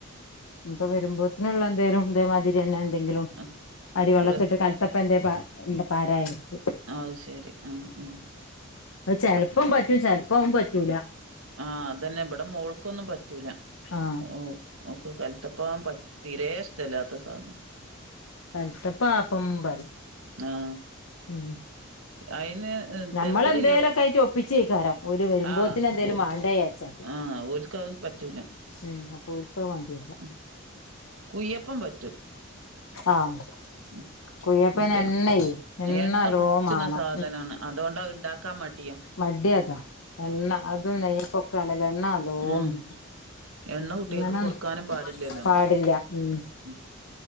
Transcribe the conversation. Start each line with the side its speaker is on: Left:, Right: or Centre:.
Left: പ്പൊ വരുമ്പോത്തിനുള്ളന്തെലും ഇതേമാതിരിന്നെ എന്തെങ്കിലും
Right: ആ
Left: അരി വളളത്തിട്ട്
Right: റെസ്
Left: കലത്തപ്പന്തേ പ ന്ത പാരായരിച്ചു
Right: അത്ശരി ആഹ് ആഹ്
Left: അ ചെലപ്പം പറ്റും ചെലപ്പഉം പറ്റൂല
Right: ആഹ് അതന്നെ ഇബടെ മോൾക്കൊന്നും പറ്റൂല
Left: ആഹ്
Right: ഓ ഓക്ക് കലത്തപ്പം തീരെഷ്ടല്ലാത്ത സാധന
Left: കൽത്തപ്പാപ്പം പറിം
Right: ആഹ്
Left: ഉം
Right: അയിന്
Left: നമ്മളന്തേലൊക്കായിട്ട്
Right: തെരക്കടില്ല
Left: ഒ പ്പിച്ചേക്കാരം ഓല് വരുമ്പോത്തിന്
Right: ആഹ്
Left: ന്തേലും
Right: ഓ
Left: മാണ്ടേച്ചാ
Right: ആഹ് ഒൽക്കത് പറ്റൂല
Left: ഉം അപ്പൊ ഓൽക്കത് വാണ്ടിരുല്ല
Right: ഉം കുയ്യപ്പം പറ്റും
Left: ആഹ്
Right: ഉം
Left: കുയ്യപ്പന്
Right: പ്പ
Left: എണ്ണയേ
Right: എണ്ണ
Left: നല്ലോം
Right: കുടിച്ചണ
Left: മാണം
Right: സാധനാണ് അതുകൊണ്ടാ ണ്ടാക്കാൻ മടിയ
Left: മടിയതാ എണ്ണ അതും നെയ്യപ്പൊക്കെ ആണെലും എണ്ണ നല്ലോം
Right: ഉം
Left: മാണം
Right: എണ്ണ കുട്ട്യേക്ക്
Left: അങ്ങനെ
Right: കൊടുക്കാനും പാടില്ലല്ലോ
Left: പാടില്ല ഉം
Right: ഉ